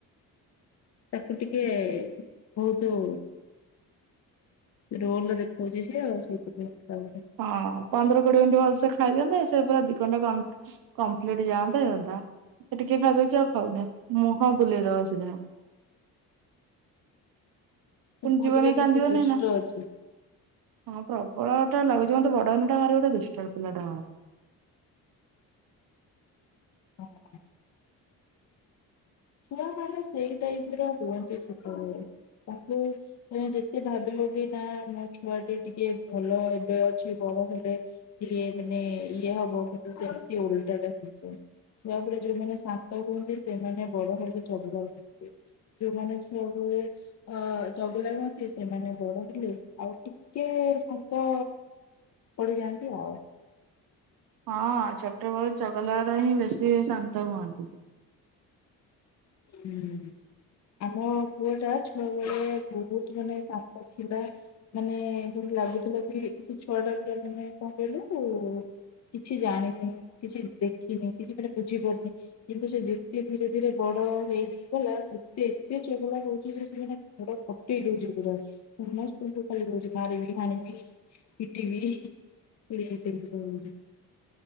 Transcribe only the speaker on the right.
ହଁ ପନ୍ଦର କୋଡିଏ ମିନିଟ୍ ଭଲସେ ଖାଇ ଦିଅନ୍ତା ସେ ପୁରା ଦି ଘଣ୍ଟା କମ୍ କମ୍ପ୍ଲିଟ ଯାଆନ୍ତା ରହନ୍ତା। ସେ ଟିକେ ଖାଇଦଉଚି ଆଉ ଖାଉନି ମୁହଁ ବୁଲେଇଦବ ସିଧା। ପୁଣି
ଜୀବନେ
କାନ୍ଦିବନି
ନା।
ହଁ ପ୍ରବଳ ଟା ଲାଗୁଚି ମତେ ବଦହେଲେ ଟା ଭାରି ଗୋଟେ ଦୁଷ୍ଟ ପିଲା ଟା ହବ
ହଁ ଛୋଟବେଳୁ ଚଗଲା ବାଲା ହିଁ ବେଶୀ ଶାନ୍ତ ହୁଅନ୍ତି।